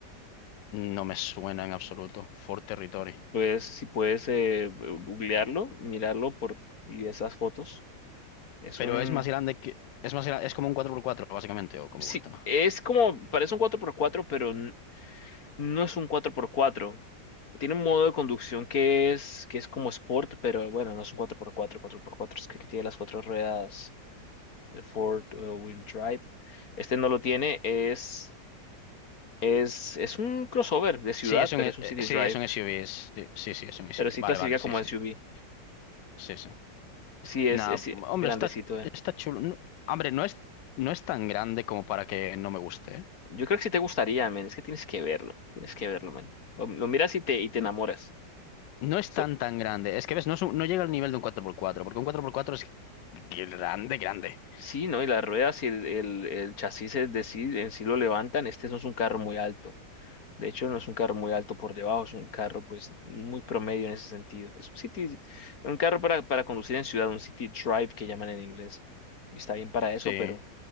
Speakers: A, on the left; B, on the left.
A: No me suena en absoluto. Ford Territory.
B: Pues, si puedes eh, googlearlo, mirarlo por, y esas fotos. Es
A: Pero
B: un...
A: es más grande que... Es más gra- es como un cuatro por cuatro básicamente, o como
B: Sí,
A: igual tema.
B: es como... Parece un cuatro por cuatro, pero n- no es un cuatro por cuatro. Tiene un modo de conducción que es, que es como sport, pero bueno, no es un cuatro por cuatro. Cuatro por cuatro es que, que tiene las cuatro ruedas el Ford uh, Wheel Drive. Este no lo tiene, es, es, es un crossover de ciudad,
A: Sí, es un,
B: pero
A: eh,
B: es un City
A: sí,
B: Drive,
A: es un SUV. Sí, sí, sí, es un SUV.
B: pero sí
A: Vale,
B: clasifica
A: vale, sí,
B: como
A: sí.
B: SUV.
A: Sí, sí.
B: Sí, es,
A: Nah,
B: es sí,
A: hombre,
B: grandecito,
A: está,
B: eh.
A: está chulo. No- hombre, no es, no es tan grande como para que no me guste, ¿eh?
B: Yo creo que sí te gustaría, men, es que tienes que verlo, tienes que verlo, men. Lo, lo miras y te, y te
A: N-
B: enamoras.
A: No es
B: So-
A: tan tan grande. Es que ves, no, es un- no llega al nivel de un cuatro por cuatro. porque un cuatro por cuatro es grande, grande.
B: sí, ¿no? Y las ruedas y el, el, el chasis es de sí, en sí lo levantan, este no es un carro muy alto. De hecho, no es un carro muy alto por debajo, es un carro pues muy promedio en ese sentido. Es un city, un carro para, para conducir en ciudad, un city drive que llaman en inglés. Y está bien para eso,
A: Sí.
B: pero